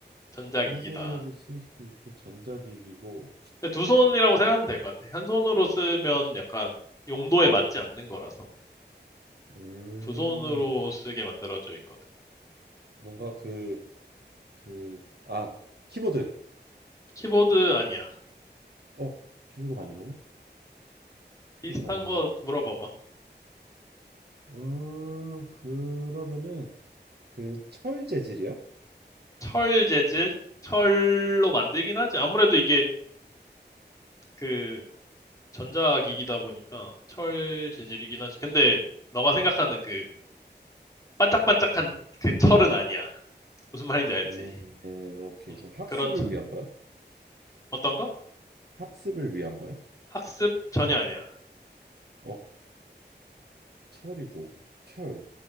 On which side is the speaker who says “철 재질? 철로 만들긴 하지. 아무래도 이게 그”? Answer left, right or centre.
Left